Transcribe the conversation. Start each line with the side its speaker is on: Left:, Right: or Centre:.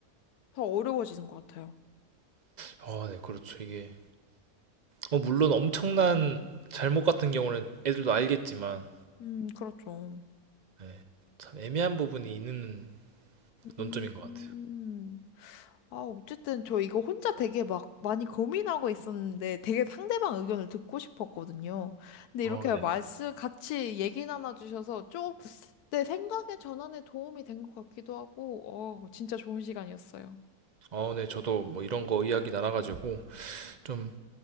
Left: 더 어려워지는 것 같아요.
Right: 아, 네, 그렇죠. 이게 어, 물론 엄청난 잘못 같은 경우는 애들도 알겠지만
Left: 음, 그렇죠.
Right: 네. 참 애매한 부분이 있는 논점인
Left: 음.
Right: 것
Left: 음.
Right: 같아요.
Left: 아, 어쨌든 저 이거 혼자 되게 막 많이 고민하고 있었는데 되게 상대방 의견을 듣고 싶었거든요. 근데
Right: 아,
Left: 이렇게
Right: 네.
Left: 말씀 같이 얘기 나눠주셔서 좀 내 생각의 전환에 도움이 된 것 같기도 하고, 어, 진짜 좋은 시간이었어요.
Right: 아, 네, 저도 뭐 이런 거 이야기 나눠가지고 좀